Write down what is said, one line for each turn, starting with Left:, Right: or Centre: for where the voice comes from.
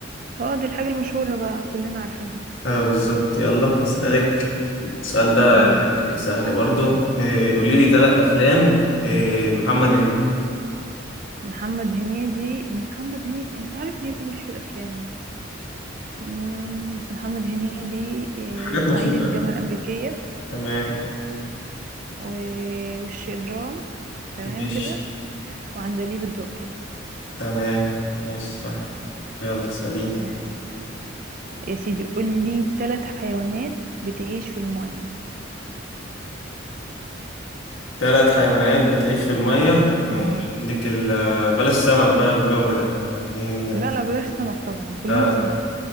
Right: اه دي الحاجة المشهورة بقى كلنا عارفينها
Left: اه بالظبط يلا اسألك السؤال ده
Right: اقول
Left: يعني سهل برضو إيه، قولي لي ثلاث أفلام إيه، لمحمد هنيدي
Right: محمد هنيدي محمد هنيدي انت عارف ان يا ابني ماليش في الافلام مم، بس محمد هنيدي إيه،
Left: حاجات
Right: صعيدي
Left: مشهورة
Right: في الجامعة الأمريكية
Left: تمام
Right: و- وش إجرام تمام
Left: ماشي
Right: كده وعندليب الدقي
Left: تمام ماشي صح يلا اسأليني
Right: تمام يا سيدي قولي ثلاث حيوانات بتعيش في المية
Left: ثلاث حيوانات بتعيش في المية مم. ماشي
Right: اه
Left: عندك ال بلاش سمك بقى والجو ده يعني ايه
Right: لا لا بلاش سمك طبعا كلهم
Left: آه،
Right: سمك